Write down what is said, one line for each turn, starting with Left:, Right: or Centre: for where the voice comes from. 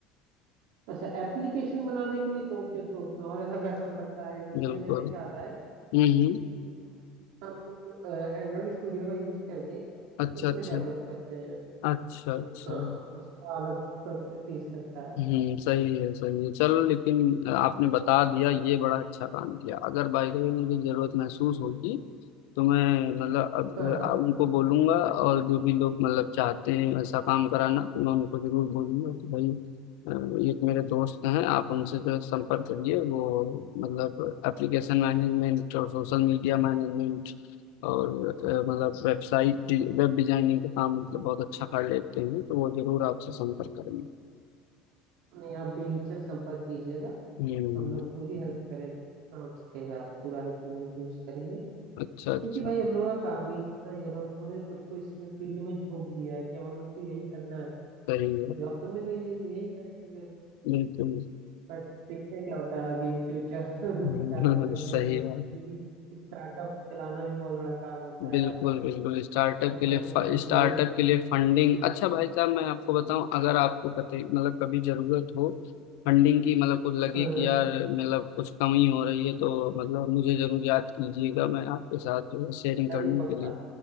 Right: अच्छा एप्लीकेशन बनाने के लिए तो फिर तो उसमें और ऐसा पैसा लगता है इसमें
Left: बिल्कुल
Right: जो है क्या आता है
Left: हम्म हम्म,
Right: कि हम लोग एंड्रॉइड स्टूडियो का यूज करके
Left: अच्छा
Right: उसमें
Left: अच्छा
Right: डेवलप करते हैं
Left: अच्छा
Right: तो
Left: अच्छा
Right: हाँ उसका अलग फीस लगता है
Left: हम्म सही है सही है चलो लेकिन अ, आपने बता दिया ये बड़ा अच्छा काम किया अगर बाई द वे मुझे जरूरत महसूस होगी तो मैं मतलब अब
Right: हाँ हाँ
Left: अ, उनको
Right: हम्म,
Left: बोलूंगा और जो भी लोग मतलब चाहते हैं ऐसा काम कराना तो मैं उनको जरूर बोलूंगा कि भाई अ, एक मेरे दोस्त हैं आप उनसे जो है संपर्क करिए वो मतलब एप्लीकेशन मैनेजमेंट और सोशल मीडिया मैनेजमेंट और अ, मतलब वेबसाइट वेब डिजाइनिंग का काम मतलब बहुत अच्छा कर लेते हैं तो वो जरूर आपसे संपर्क करेंगे
Right: नहीं आप बेहिचक संपर्क कीजिएगा
Left: हम्म
Right: हम लोग पूरी हेल्प करेंगे जितना हो सकेगा आप पूरा हेल्प करने की कोशिश करेंगे
Left: अच्छा
Right: क्योंकि
Left: अच्छा
Right: भाई हम लोगों का काम ही इतना ही है। ना, अब हम लोगों ने खुद को इसमें फील्ड में झोंक दिया है कि अब हम लोग को यही करना है
Left: सही है
Right: जॉब तो मिल नहीं रही तो यही करेंगे फिर
Left: बिल्कुल
Right: बट देखते हैं क्या होता है आगे इन फ्यूचर <laughs> क्या
Left: हम्म,
Right: कर लेते
Left: <laughs> सही
Right: हैं हम लोग
Left: है
Right: क्योंकि स्टार्टअप चलाना भी बहुत बड़ा काम होता
Left: बिल्कुल
Right: है यार
Left: बिल्कुल स्टार्टअप
Right: वो
Left: के लिए
Right: मैनेज करना
Left: स्टार्टअप
Right: भी
Left: के लिए फंडिंग अच्छा भाई साहब मैं आपको बताऊं अगर आपको कतई मतलब कभी जरूरत हो फंडिंग की मतलब कुछ लगे
Right: हाँ
Left: कि
Right: हाँ
Left: यार मतलब कुछ कमी हो रही है तो मतलब मुझे जरूर याद कीजिएगा मैं आपके साथ शेयरिंग
Right: भाई
Left: करने
Right: पक्का
Left: के लिए